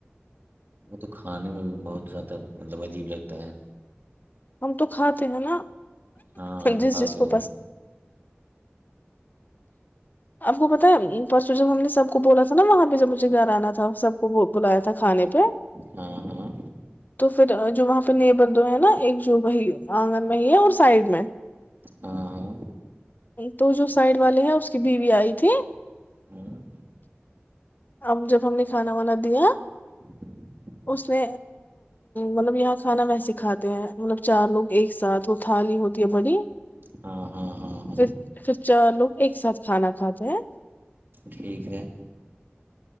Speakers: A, on the right; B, on the left.
A: وہ تو کھانے میں بہت زیادہ مطلب عجیب لگتا ہے
B: ہم تو کھاتے ہیں نا
A: ہاں اپ
B: جس
A: کھاتے
B: جس کو
A: ہو
B: پس آپ کو پتا پرسوں جب ہم نے سب کو بولا تھا نا وہاں پہ جب مجھے گھر آنا تھا سب کو بلایا تھا کھانے پہ
A: ہاں ہاں
B: تو پھر جو وہاں پہ نیبر دو ہے نا ایک جو وہی آنگن میں ہی ہے اور سائڈ میں
A: ہاں ہاں
B: تو جو سائڈ والے ہیں اس کی بیوی آئی تھی
A: ہاں
B: اب جب ہم نے کھانا وانا دیا
A: <inaudible>
B: اس نے مطلب یہاں کھانا ویسے کھاتے ہیں مطلب چار لوگ ایک ساتھ تھالی ہوتی ہے بڑی
A: ہاں ہاں ہاں ہاں
B: پھر پھر چ لوگ ایک ساتھ کھانا کھاتے ہیں
A: ٹھیک ہے